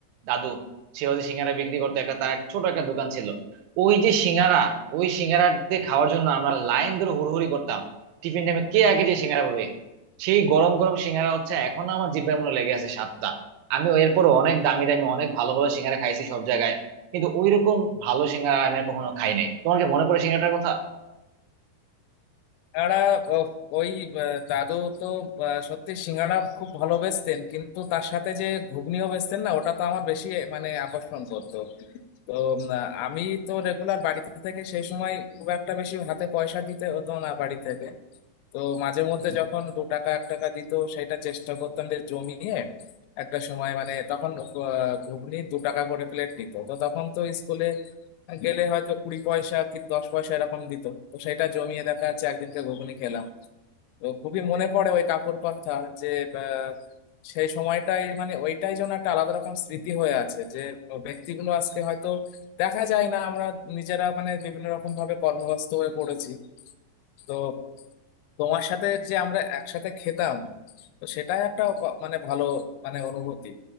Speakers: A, on the right; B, on the left.
A: দাদু সে হচ্ছে সিঙ্গারা বিক্রি করতো একটা তার একটা ছোট একটা দোকান ছিল ওই যে সিঙ্গারা ওই সিঙ্গারাতে খাওয়ার জন্য আমরা লাইন ধরে হুড়োহুড়ি করতাম টিফিন টাইমে কে আগে যে সিঙ্গারা পাবে সেই গরম গরম সিঙ্গারা হচ্ছে এখনো আমার জিব্বার মনে লেগে আছে স্বাদটা আমি এরপর অনেক দামি দামি অনেক ভালো ভালো সিঙ্গারা খাইছি সব জায়গায় কিন্তু ওইরকম ভালো সিঙ্গারা আমি আর কখনো খাই নাই তোমার কি মনে পড়ে সিঙ্গারাটার কথা
B: সিঙ্গাড়া ও- ওই আহ, দাদু তো আহ, সত্যি সিঙ্গাড়া খুব ভালো বেচতেন কিন্তু তার সাথে যে ঘুগনিও বেচতেন না ওটা তো আমার বেশি মানে আকর্ষণ করতো তো উম, আহ, আমি তো রেগুলার বাড়িতে থেকে সেই সময় খুব একটা বেশি হাতে পয়সা দিতে হতো না বাড়ি থেকে তো মাঝে মধ্যে যখন দু টাকা এক টাকা দিত সেটা চেষ্টা করতাম যে জমিয়ে একটা সময় মানে তখন আহ, ঘুগনি দু টাকা করে প্লেট নিত তো তখন তো স্কুলে গেলে হয়তো কুড়ি পয়সা কি দশ পয়সা এরকম দিত তো সেটা জমিয়ে দেখা যাচ্ছে একদিনকে ঘুগনি খেলাম তো খুবই মনে পড়ে ওই কাকুর কথা যে আহ, সেই সময়টাই মানে ওইটাই যেন একটা আলাদা রকম স্মৃতি হয়ে আছে যে ব্যক্তিগুলো আজকে হয়তো দেখা যায় না আমরা নিজেরা মানে বিভিন্ন রকম ভাবে কর্মব্যস্ত হয়ে পড়েছি তো তোমার সাথে যে আমরা একসাথে খেতাম তো সেটাই একটা অপ- মানে ভালো মানে অনুভূতি